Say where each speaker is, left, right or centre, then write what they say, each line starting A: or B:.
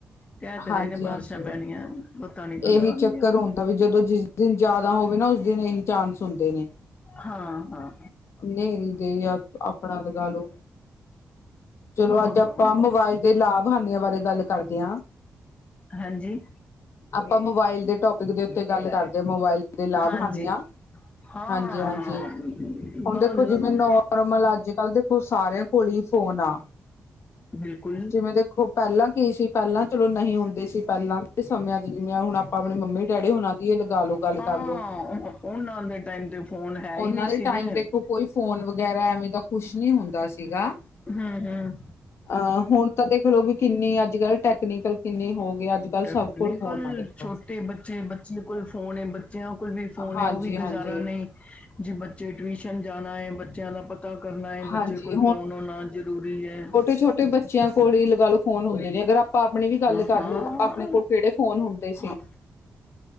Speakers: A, on the left; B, on the left.
A: ਕਹਿ ਤੇ
B: ਹਾਂਜੀ
A: ਰਹੇ ਨੇ ਬਾਰਿਸ਼ਾਂ
B: ਹਾਂਜੀ
A: ਪੈਣੀਆਂ। ਪਤਾ ਨਹੀਂ ਕਦੋਂ
B: ਇਹੀ
A: ਆਉਣਗੀਆਂ
B: ਚੱਕਰ ਹੁੰਦਾ ਵੀ ਜਦੋਂ ਜਿਸ ਦਿਨ ਜਿਆਦਾ ਹੋਵੇ ਨਾ ਉਸ ਦਿਨ ਇਹੀ ਚਾਂਸ ਹੁੰਦੇ ਨੇ।
A: ਹਾਂ- ਹਾਂ।
B: ਨਿਲਦੇ ਜਾਂ ਆਪਣਾ ਲਗਾ ਲਓ। ਚਲੋ
A: ਆਹੋ
B: ਅੱਜ ਆਪਾਂ ਮੋਬਾਇਲ ਦੇ ਲਾਭ ਹਾਨੀਆਂ ਬਾਰੇ ਗੱਲ ਕਰਦੇ ਹਾਂ।
A: ਹਾਂਜੀ।
B: ਆਪਾਂ ਮੋਬਾਇਲ ਦੇ ਟੋਪਿਕ ਦੇ ਉੱਤੇ ਗੱਲ ਕਰਦੇ ਹਾਂ ਮੋਬਾਇਲ ਦੇ ਲਾਭ
A: ਹਾਂਜੀ
B: ਹਨ ਆ
A: ਹਾਂ
B: ਹਾਂਜੀ ਹਾਂਜੀ
A: ਹਾਂ
B: ਹੁਣ
A: ਬਹੁਤ
B: ਦੇਖੋ ਜਿਵੇਂ ਨੋਰਮਲ ਅੱਜ ਕੱਲ ਦੇਖੋ ਸਾਰਿਆਂ ਕੋਲ ਹੀ ਫੋਨ ਆ।
A: ਬਿਲਕੁਲ।
B: ਜਿਵੇਂ ਦੇਖੋ ਪਹਿਲਾਂ ਕੀ ਸੀ ਪਹਿਲਾਂ ਚਲੋ ਨਹੀਂ ਹੁੰਦੇ ਸੀ ਪਹਿਲਾਂ ਦੇ ਸਮਿਆਂ ਚ ਜਿਵੇਂ ਹੁਣ ਆਪ ਆਪਣੀ ਮੰਮੀ ਡੈਡੀ ਉਹਨਾਂ ਦੀ ਲਗਾ ਲੋੋ ਗੱਲ
A: ਹਾਂ
B: ਕਰਲੋ
A: ਉਹਨਾਂ ਦੇ ਟਾਈਮ ਤੇ ਫੋਨ ਹੈ
B: ਉਹਨਾਂ
A: ਹੀ ਨਹੀਂ ਸੀ
B: ਦੀ ਟਾਈਮ
A: ਤੇ
B: ਦੇਖੋ ਕੋਈ ਫੋਨ ਵਗੈਰਾ ਐਵੇਂ ਦਾ ਕੁਛ ਨੀ ਹੁੰਦਾ ਸੀਗਾ।
A: ਹੁ ਹੁ।
B: ਅ ਹੁਣ ਤਾਂ ਦੇਖ ਲਓ ਵੀ ਕਿੰਨੀ ਅੱਜ ਕੱਲ ਟੈਕਨੀਕਲ ਕਿੰਨੀ ਹੋ ਗਈ ਅੱਜ ਕੱਲ੍ਹ
A: ਟੈਕਨੀਕਲ
B: ਸਭ ਕੋਲ ਫੋਨ ਆ ਦੇਖੋ।
A: ਛੋਟੇ ਬੱਚੇ ਬੱਚੇ ਕੋਲ ਫੋਨ ਏ ਬੱਚਿਆਂ ਕੋਲ ਵੀ ਫੋਨ
B: ਹਾਂਜੀ,
A: ਉਹ ਵੀ ਗੁਜ਼ਾਰਾ
B: ਹਾਂਜੀ,
A: ਨਹੀਂ। ਜੇ ਬੱਚੇ ਟਿਊਸ਼ਨ ਜਾਣਾ ਹੈ ਬੱਚਿਆਂ ਦਾ ਪ ਪਤਾ ਕਰਨਾ ਹੈ
B: ਹਾਂਜੀ
A: ਬੱਚੇ ਕੋਲ ਫ਼ੋਨ ਹੋਣਾ ਜ਼ਰੂਰੀ ਹੈ।
B: ਛਟੇ ਬੱ ਬੱਚਿਆਂ ਕੋਲ ਹੀ ਅਲਗ ਫੋਨ ਹੋ ਗਏ ਨੇ। ਆਪਣੀ ਵੀ ਗੱਲ
A: ਹਾਂ
B: ਕਰਲੋ
A: ਹਾਂ
B: ਆਪਣੇ ਕੋਲ ਕਿਹੜੇ ਫੋਨ ਹੁੰਦੇ ਸੀ।
A: ਹਾਂ,